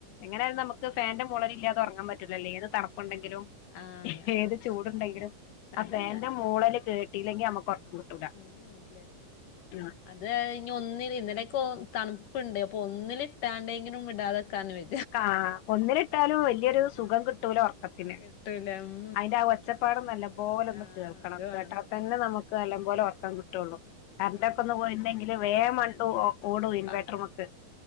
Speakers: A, on the left; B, on the left.
A: എങ്ങനായാലും
B: ആഹ്
A: നമ്മക്ക് ഫാന്റെ
B: ആഹ്
A: മൂളലില്ലാതെ ഒർങ്ങാൻ പ റ്റൂലല്ലോ ഏത് തണ്പ്പ്ണ്ടെങ്കിലും
B: ഇല്ലല്ല ആഹ് അങ്ങനെ
A: ഏത് ചൂട്ണ്ടെങ്കിലും ആ
B: അതങ്ങനെ
A: ഫാന്റെ മൂളല് കേ ട്ടീല്ലെങ്കി നമ്മക് ഒർക്കം കിട്ടൂല
B: ഉം ഇല്ല ഇല്ല
A: <unintelligible>
B: അത് അയ്ഞ് ഒന്നില് ഇന്നലൊക്കെ തൺപ്പ്ണ്ട് അപ്പൊ ഒന്നില് ഇട്ടാണ്ടെങ്കിലും ഇടാതെക്കാന് വെ
A: ആ ഒന്ന്ല്ട്ടാലു വല്ല്യോരു സുഖം കിട്ടൂല ഒർക്കത്തിന്
B: കിട്ടൂല ഉം
A: അയിന്റെ ആ ഒ ഒച്ചപ്പാട് നല്ല പോലൊന്ന്
B: ആഹ്
A: കേൾക്കണം
B: അത് വേണം
A: കേട്ടാ തന്നെ നമ്മ ക്ക്‌ നല്ലം പോലെ ഒർക്കം കിട്ടള്ളൂ കര്ന്റോക്കെ ഒന്ന് പോയിണ്ടെങ്കില് വേം മണ്ടും ഓടും ഇൻവെർട്ടർമക്ക്‌
B: ആഹ് ആഹ് ആഹ്